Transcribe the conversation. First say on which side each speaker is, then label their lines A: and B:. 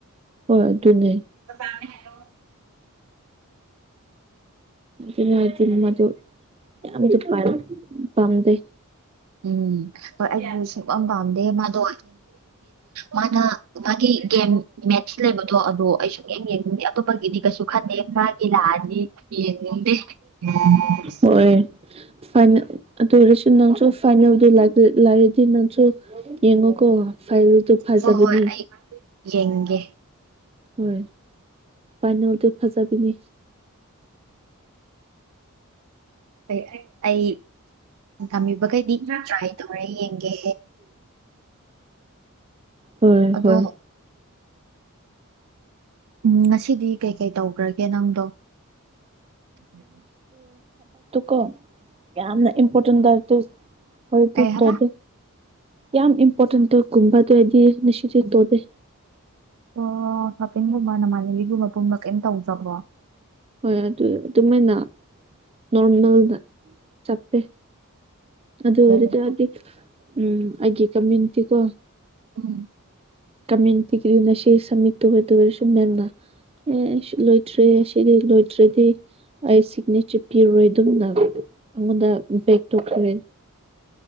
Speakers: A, on the right; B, on the right.
A: ꯍꯣꯏ ꯑꯗꯨꯅꯦ
B: ꯍꯜꯂꯣ
A: ꯑꯗꯨꯅ ꯑꯗꯨꯅꯤ ꯃꯗꯨ ꯌꯥꯝꯅ ꯄꯝꯗꯦ
B: ꯎꯝ ꯍꯣꯏ ꯑꯩꯁꯨ ꯁꯨꯛꯄꯝ ꯄꯥꯝꯗꯦ ꯃꯥꯗꯣ ꯃꯥꯅ ꯃꯥꯒꯤ ꯒꯦꯝ ꯃꯦꯠꯁ ꯂꯩꯕ ꯑꯗꯣ ꯑꯩ ꯁꯨꯡꯌꯦꯡ ꯌꯦꯡꯅꯤꯡꯗꯦ ꯑꯇꯣꯞꯄꯒꯤꯗꯤ ꯀꯩꯁꯨ ꯈꯟꯗꯦ ꯃꯥꯒꯤ ꯂꯥꯛꯑꯗꯤ ꯌꯦꯡꯅꯤꯡꯗꯦ <unintelligible>
A: ꯍꯣꯏ ꯐꯥꯏꯅꯦꯜ <unintelligible> ꯅꯪꯁꯨ ꯐꯥꯏꯅꯦꯜ ꯗꯣ ꯂꯥꯛꯑꯗꯤ ꯅꯪꯁꯨ ꯌꯦꯡꯉꯣꯀꯣ ꯐꯥꯏꯅꯦꯜ ꯇꯣ ꯐꯥꯖꯕꯅꯤ
B: ꯍꯣꯏ ꯍꯣꯏ ꯑꯩ ꯌꯦꯡꯒꯦ
A: ꯍꯣꯏ ꯐꯥꯏꯅꯦꯜꯗꯨ ꯐꯖꯥꯕꯤꯅꯤ
B: ꯑꯩ ꯑꯩ ꯇꯥꯝꯕꯤꯕꯈꯩꯗꯤ ꯇ꯭ꯔꯥꯏ ꯇꯧꯔꯦ ꯌꯦꯡꯒꯦ
A: ꯍꯣꯏ
B: ꯑꯗꯣ
A: ꯍꯣꯏ
B: ꯎꯝ ꯉꯁꯤꯗꯤ ꯀꯩꯀꯩ ꯇꯧꯈ꯭ꯔꯒꯦ ꯀ ꯅꯪꯗꯣ
A: ꯀꯣ ꯌꯥꯝꯅ ꯏꯝꯄꯣꯔꯇꯦꯟ ꯇꯔꯛꯇ ꯍꯧꯖꯤꯛꯇ
B: ꯀꯩ ꯍꯥꯏꯕ
A: ꯇꯧꯗ ꯌꯥꯝ ꯏꯝꯄꯣꯔꯇꯦꯟꯗꯣꯒꯨꯝꯕ ꯑꯗꯨ ꯑꯩꯗꯤ ꯅꯨꯡꯁꯤꯗꯤ ꯇꯣꯗꯦ
B: ꯑꯣ ꯍꯥꯄꯤꯡꯒꯨꯝꯕ ꯅꯃꯥꯟꯅꯕꯤꯒꯨꯝꯕ ꯄꯨꯨꯝꯕ ꯀꯩꯝ ꯇꯧꯗ꯭ꯔꯕꯣ
A: ꯍꯣꯏ ꯑꯗꯨ ꯑꯗꯨꯃꯥꯏꯅ ꯅꯣꯔꯃꯦꯜꯗ ꯆꯄꯦ ꯑꯗꯨꯗ ꯑꯣꯏꯔꯗꯤꯗꯒꯤ
B: ꯎꯝ
A: ꯎꯝ ꯑꯩꯒꯤ ꯀꯃꯦꯟꯇꯤꯀꯣ
B: ꯎꯝ
A: ꯀꯇꯤꯒꯔꯤꯅ ꯁꯤ ꯏꯁ ꯃꯇꯨ ꯍꯗꯔꯦ ꯁꯨꯝꯕꯦꯝꯅ ꯑꯦ ꯂꯣꯏꯇ꯭ꯔꯦ ꯑꯁꯤꯗꯤ ꯂꯣꯏꯗ꯭ꯔꯗꯤ ꯑꯩ ꯁꯤꯒꯅꯦꯆꯔ ꯄꯤꯔꯣꯏ ꯑꯗꯨꯝꯅ ꯑꯩꯉꯣꯟꯗ ꯕ ꯇꯈ꯭ꯔꯦ ꯍ